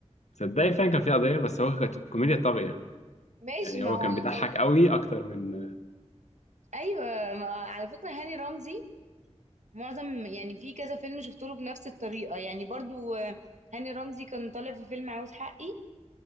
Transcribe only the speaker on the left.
صدقني فعلا كان في قضيه بس هو كانت كوميديا طاغيه
يعني
هو
كان بيضحك قوي اكتر من